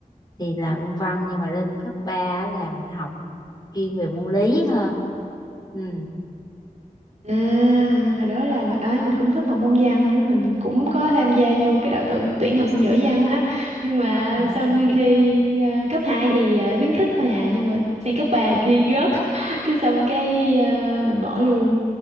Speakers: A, on the left; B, on the right.
A: thì là môn văn nhưng mà lên cấp 3 là mình học chuyên về môn lý hơn. Ừ.
B: À, hồi đó là mình, à, mình cũng thích học môn văn nữa, mình cũng có tham gia vô cái đội tuyển tuyển học sinh giỏi văn á. Nhưng mà
A: À,
B: sau đi thi à, cấp 2 thì à, khuyến khích mà à, nhưng mà sang cấp 3 thì thi rớt. <laughs> Cái xong cái à, mình bỏ luôn.